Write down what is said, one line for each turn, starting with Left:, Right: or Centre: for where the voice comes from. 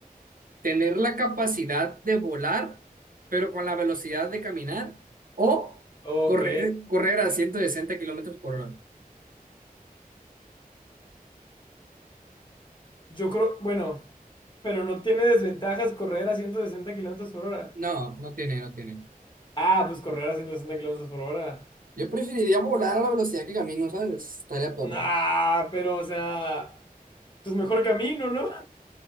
Right: tener la capacidad de volar, pero con la velocidad de caminar, o
Left: Ok.
Right: correr, correr a 160 kilómetros por hora.
Left: Yo creo, bueno, pero no tiene desventajas correr a 160 kilómetros por hora.
Right: No, no tiene, no tiene.
Left: Ah, pues correr a 160 kilómetros por hora.
Right: Yo preferiría volar a la velocidad que camino, ¿sabes? Estaría perro.
Left: Nah, pero o sea, pues mejor camino, ¿no? <laughs>